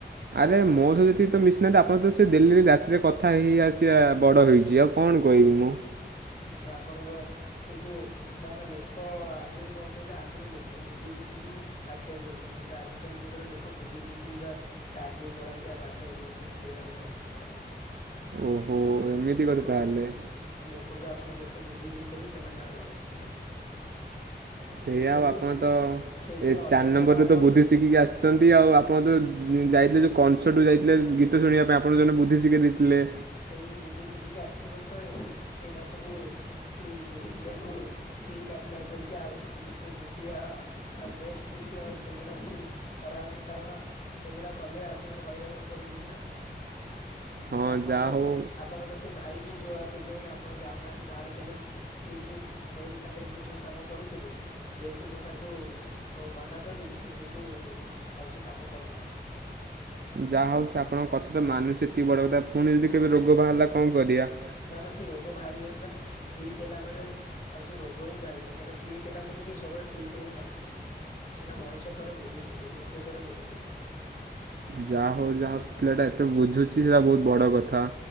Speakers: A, on the right (about 70°); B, on the left (about 50°).
A: ଆରେ
B: ଆପଣ
A: ମୋ
B: ତ
A: ସହ ଯେତିକି ତ ମିଶିନାହାନ୍ତି ଆପଣ ତ ସେ ଦିଲ୍ଲୀରେ ରାତିରେ କଥା ହେଇ ଆସିବା ବଡ଼ ହୋଇଛି ଆଉ କଣ କହିବି ମୁଁ?
B: ହୁଁ ଆପଣଙ୍କ ସେଇଠୁ ନା ନା ଲୋକ ଆଗରୁ କଣ କହିଲେ ଆଗରୁ ଲୋକ ବୁଦ୍ଧି ଶିଖିକି ପାଖରେ ରୁହନ୍ତି କିନ୍ତୁ ଆଜିକାଲି ଯୁଗରେ ଲୋକ ବୁଦ୍ଧି ଶିଖିକି ପା ସେ ଆଗକୁ ପଢନ୍ତି ଆଉ ପାଖରେ ରୁହନ୍ତିନି ସେଇଆ ଗୋଟେ ଅସୁବିଧା ଆଉ।
A: ଓହୋ ଏମିତି
B: ଲୋକଙ୍କୁ
A: କଥା ତାହେଲେ।
B: ଲୋକଙ୍କୁ ଆପଣ ଯେତେ ବୁଦ୍ଧି ଶିଖେଇବେ ସେମାନେ ଆଉ ରହିବେନି ପାଖରେ।
A: ସେଇ ଆଉ
B: ଯେମିତି
A: ଆପଣ ତ
B: ସେଇଥିରୁ
A: ଏ
B: ଅନ୍ୟତମ
A: ଚାରି ନମ୍ବରରୁ
B: ଆପଣ
A: ତ ବୁଦ୍ଧି ଶିଖିକି ଆସି ଛନ୍ତି ଆଉ ଆପଣ ତ ଯାଇଥିଲେ ଯେଉ କନସର୍ଟ ଯାଇଥିଲେ ଗୀତ ଶୁଣିବା ପାଇଁ ଆପଣଙ୍କୁ ଜଣେ ବୁଦ୍ଧି ଶିଖେଇ ଦେଇଥିଲେ।
B: ସେଇ ବୁଦ୍ଧି ଶିଖିକି ଆସିଛି ବୋଲି ତ ଏଇନା ସବୁ ସେଇ ବୁଦ୍ଧିଟାକୁ ଠିକ ଆପ୍ଲାଏ କରିକି ଆଉ କିଛି ସେ ବୁଦ୍ଧି ଆଉ ନେଷ୍ଟ କିଛି ଆଉ ସେଇଗୁଡା କିଛି କରା ହଉନି କାରଣ ସେଇଗୁଡା କଲେ ଆ ପୁଣି ହଇରାଣ ରେ ପଡିଯିବି ନା।
A: ହଁ
B: ଆପଣଙ୍କ
A: ଯାହା ହଉ
B: ଆପଣଙ୍କ ସେ ଭାଇ ବି ଯଉଁଥିପାଇଁ ଆପଣ ଯାଉନାହାଁନ୍ତି ବାହାର କଲେଜ। ସିଏ ବି ମୋରି ସାଙ୍ଗରେ ସେଇ ସବୁ କାମ କରୁଥିଲେ ଯେହେତୁ ମୁଁ ତାଙ୍କୁ ଓ ମନା କଲି ସିଏ ସେଇଠୁ ଆଉ ସେ କାମ କରୁନାହାନ୍ତି।
A: ଯାହା ହଉଛି ଆପଣଙ୍କ କଥା ତ ମାନୁଛି ଏତିକି ବଡ କଥା ପୁଣି ଯଦି କେବେ ରୋଗ ବାହାରିଲା କଣ କରିବା?
B: ନା ନା ସେ ରୋଗ ବାହାରିବନି ପା ଠିକ ହେଲା ପରେ ଆଉ ସେ ରୋଗ ହିଁ ବାହାରିବନି କାହିଁକିନା ଠିକ୍ ହେଲା ପରେ ସେ ସବୁବେଳେ ଠିକ୍ କାମ କରିବେ କାହିଁକି ନା ମଣିଷ ଥରେ ବୁଦ୍ଧି ଶିଖେ ଦ୍ଵିତୀୟ ଥରେ ବୁଦ୍ଧି ଶିଖେନି।
A: ଯାହା ହଉ ଯାହା ହଉ ପିଲାଟା ଏତେ ବୁଝୁଛି ସେଟା ବହୁତ ବଡ କଥା।